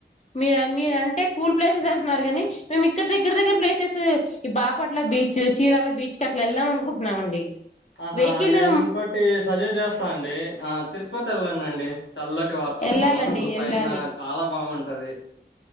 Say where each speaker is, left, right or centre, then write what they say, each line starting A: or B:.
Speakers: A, on the left; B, on the left.
A: మీరు మీరు అంటే కూల్ ప్లేసెస్ అంటున్నారు కానీ మేము ఇక్కడ దగ్గర దగ్గర ప్లేసెస్ ఈ బాపట్ల బీచ్, చీరాల బీచ్ కి అట్లా వెళ్దాం అనుకుంటున్నామండి.
B: ఆహా
A: వెహికల్
B: నేను ఇంకోటి సజెస్ట్ చేస్ అండి తిరుపతి వెళ్ళండండి చల్లటి వాతావరణం.
A: వెళ్ళాలండి
B: అసలు
A: వెళ్ళాలి
B: పైన చాలా బాగుంట్ ట్టది